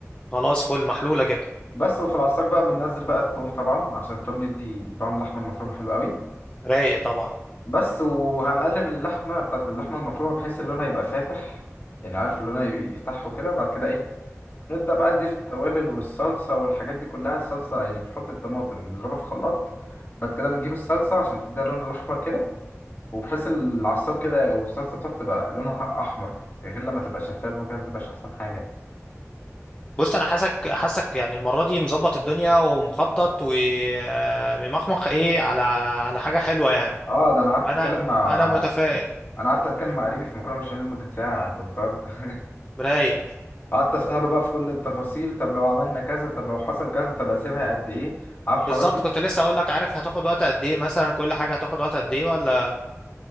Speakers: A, on the left; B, on the left.
A: خلاص فل محلوله كده
B: بس وفي العصاك بقى بننزل بقى التوم طبعا عشان التوم بيدي طعم اللحمه المفرومه حلو قوي
A: رايق طبعا
B: بس وهنقلب اللحمه بتاعت اللحمه المفرومه بحيث اللون هيبقى فاتح يعني عارف اللون
A: مم.
B: هي- يفتحه كده وبعد كده ايه نبدا بقى نضيف التوابل والصلصه والحاجات دي كلها الصلصه يعني بنحط الطماطم بنضربها في خلاط بعد كده بنجيب الصلصه عشان تديها اللون الاحمر كده وبحيث العصاك كده والصلصه بتاعته تبقى لونها احمر غير لما تبقى شفافه وكده ما تبقاش احسن حاجه
A: بص انا حاسك حاسك يعني المره دي مظبط الدنيا ومخطط وممخمخ ايه على على حاجه حلوه يعني
B: اه ده انا قعدت
A: انا
B: اتكلم مع مع
A: انا متفائل
B: انا قعدت اتكلم مع قريبي في مكرونه بشاميل لمده ساعه انت مستوعب <laughs>
A: رايق
B: قعدت اساله بقى في كل التفاصيل طب لو عملنا كذا طب لو حصل كذا طب اسيبها قد ايه عارف الحوارات
A: بالظبط
B: دي
A: كنت لسه اقول لك عارف هتاخد وقت قد ايه مثلا كل حاجه هتاخد وقت قد ايه ولا